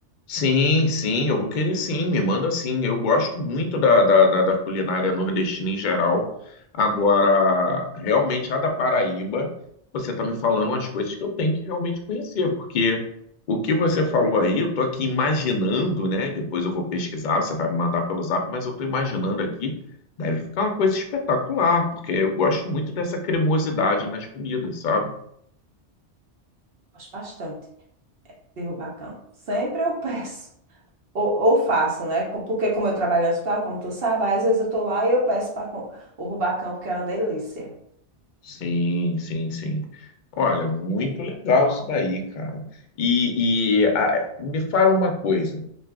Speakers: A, on the left; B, on the right.
A: Sim, sim, eu vou querer sim, me manda sim. Eu gosto muito da, da, da, da culinária nordestina em geral. Agora, realmente, a da Paraíba, você está me falando umas coisas que eu tenho que realmente conhecer, porque o que você falou aí, eu estou aqui imaginando, né? Depois eu vou pesquisar, você vai me mandar pelo zap, mas eu estou imaginando aqui, deve ficar uma coisa espetacular, porque eu gosto muito dessa cremosidade nas comidas, sabe?
B: Gosto bastante de rubacão. Sempre eu peço. Ou, ou faço, né? Com- Porque como eu trabalho no hospital, como tu sabe, às vezes eu tô lá e eu peço para o rubacão, porque é uma delícia.
A: Sim, sim, sim. Olha, muito legal isso daí, cara. E, e, ah, me fala uma coisa.